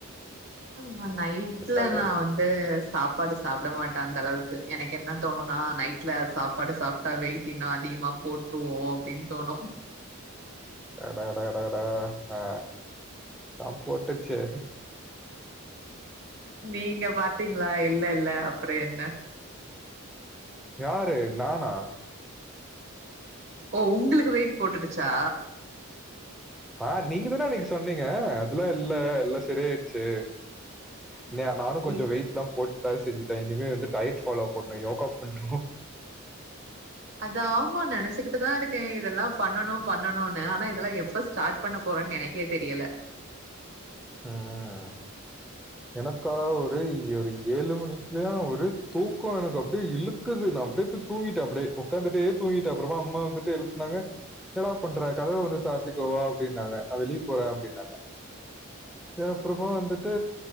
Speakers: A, on the right; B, in the centre.
A: ஆமா நைட்ல
B: ஆகாது.
A: நா வந் து சாப்பாடு சாப்ட மாட்ட அந்த அளவுக்கு எனக்கு என்ன தோணுனா நைட்ல சாப் ப்பாடு சாப்ட்டா வெயிட் இன்னு அதிகமா போட்ருவோ அப்டின் தோணு
B: அடாடாடாடா ஆ ஆ போட்டுச்சே
A: நீங்க பாத்தீங்ளா இல்லல்ல அப்ற என்ன
B: யாரு நானா
A: ஓ உங்களுக்கு வெயிட் போட்டுடுச்சா
B: ஆ நீங்க தான அன்னக்கி சொன்னீங்க அதுலா இல்ல எல்லா செரி ஆயிடுச்சு இல்லயா நானு கொஞ்ச
A: இ-
B: வெயிட்லா போட்டுதா செஞ்சுட்டே இனிமே வந்து டையட் ஃபாலோ பண்ணு யோகா பண்ணு பண்ணு
A: அத ஆமா நெனச்சுகிட்டுதா இருக் கே இதெல்லா பண்ணணு பண்ணணுனு ஆனா இதெல்லா எப்ப ஸ்டார்ட் பண்ண போறேன் எனக்கே தெரியல
B: ம் ம் எனக்கா ஒரே ஒரு ஏழு மணிக்குலா ஒரு தூக்கோ எனக்கு அப்டியே இழுக் க்குது நா அப்டியே போய் தூங்கிட்டே அப்டியே ஒக்காந்துட்டே தூங்கிட்டே அப்றமா அம்மா வந்துட்டு எழுப்புனாங்க என்னடா பண்ற கதவ வந்து சாத்திக்கோ வா அப்டின்னாங்க நா வெளிய போறே அப்டின்னாங்க எ அப்றோ வந்துட்டு